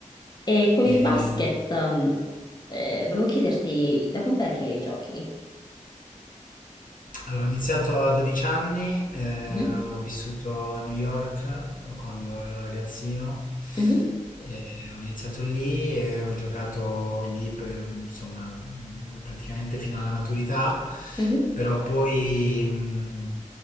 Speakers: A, on the left (about 30°); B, on the left (about 80°).
A: E con
B: E-
A: il basket, um, eh, volevo chiederti, da quant'è che giochi?
B: Allora, ho iniziato a 12 anni, eh,
A: Mhm,
B: ho vissuto a New York eh, quando ero ragazzino,
A: mhm,
B: e ho iniziato lì e ho giocato lì per, insomma, mh, praticamente fino alla maturità,
A: mhm,
B: però poi mh,